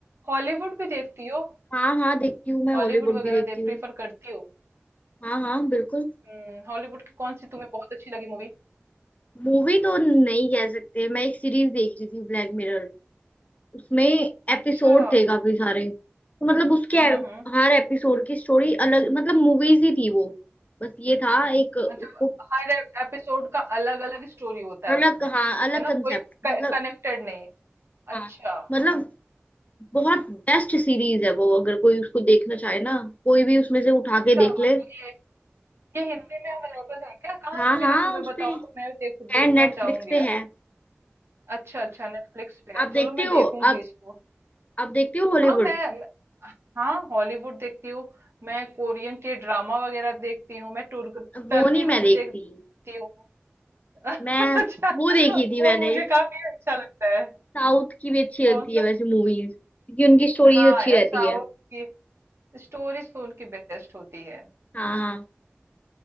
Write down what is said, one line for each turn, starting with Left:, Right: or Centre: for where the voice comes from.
Right: हॉलीवुड भी देखती हो
Left: हाँ हाँ देखती हूँ मैं
Right: हॉलीवुड
Left: हॉलीवुड
Right: वगैरह
Left: भी देखती
Right: दे
Left: हूँ
Right: प्रीफर करती हो
Left: हाँ हाँ बिल्कुल
Right: हम्म हॉलीवुड की कौन सी तुम्हें बहुत अच्छी लगी मूवी
Left: मूवी तो नहीं कह सकते मैं एक सीरीज देख रही थी ब्लैक मिरर उसमें एपिसोड
Right: अच्छा
Left: थे काफी सारे तो मतलब उसके
Right: हम्म हम्म
Left: हर एपिसोड की स्टोरी अलग मतलब मूवीज ही थी वो बस ये था एक उसको
Right: मतलब हर एपिसोड का अलग अलग स्टोरी होता है
Left: अलग
Right: उसमें
Left: हाँ अलग
Right: है ना
Left: कंसेप्ट
Right: कोई कनेक्टेड
Left: मतलब
Right: नहीं
Left: हाँ
Right: अच्छा
Left: मतलब बहुत बेस्ट सीरीज है वो अगर कोई उसको देखना चाहे ना कोई भी उसमें से उठा
Right: अच्छा
Left: के देख ले
Right: ये ये हिंदी में अवेलेबल है क्या कहाँ
Left: हाँ
Right: से मिली
Left: हाँ
Right: तुम्हें
Left: उस
Right: बताओ
Left: पे
Right: तो मैं देख
Left: है
Right: देखना
Left: नेटफ्लिक्स
Right: चाहूंगी
Left: पे
Right: यार
Left: है
Right: अच्छा अच्छा नेटफ्लिक्स पे है
Left: आप
Right: चलो
Left: देखती
Right: मैं
Left: हो
Right: देखूंगी
Left: आप
Right: इसको
Left: आप देखती हो हॉलीवुड
Right: हाँ मैं मैं- हाँ हॉलीवुड देखती हूँ मैं कोरियन के ड्रामा वगैरह देखती हूँ मैं तुर्क
Left: वो
Right: टर्की
Left: नहीं
Right: भी
Left: मैं देखती
Right: देखती हूँ <laughs>
Left: मैं
Right: अच्छा
Left: वो देखी थी
Right: वो
Left: मैंने
Right: मुझे काफी अच्छा लगता है
Left: साउथ की भी अच्छी
Right: कौन
Left: लगती
Right: सा
Left: है वैसे मूवीज क्योंकि उनकी स्टोरीज
Right: हाँ
Left: अच्छी
Right: यार
Left: रहती
Right: साउथ
Left: है
Right: की स्टोरीज तो उनकी बेस्ट होती है
Left: हाँ हाँ